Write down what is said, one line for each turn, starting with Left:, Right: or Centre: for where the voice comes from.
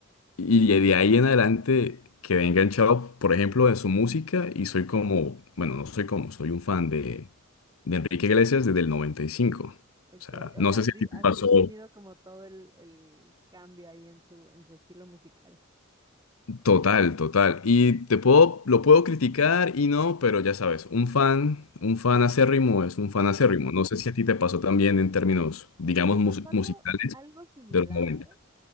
Left: Y de de ahí en adelante quedé enganchado, por ejemplo, de su música y soy como, bueno, no soy como, soy un fan de, de Enrique Iglesias desde el 95. O
Right: okay.
Left: sea,
Right: O
Left: no
Right: sea,
Left: sé
Right: has,
Left: si
Right: vi-
Left: a ti te
Right: has
Left: pasó.
Right: tenido como todo el, el cambio ahí en su, en su estilo musical.
Left: Total, total. Y te puedo, lo puedo criticar y no, pero ya sabes, un fan, un fan acérrimo es un fan acérrimo. No sé si a ti te pasó también en términos, digamos,
Right: Me
Left: mus-
Right: pasó algo,
Left: musicales
Right: algo similar,
Left: de los 90.